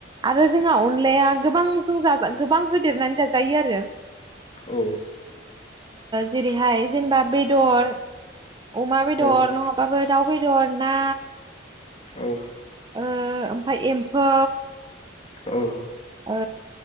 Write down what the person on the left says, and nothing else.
औ।
औ
औ
औ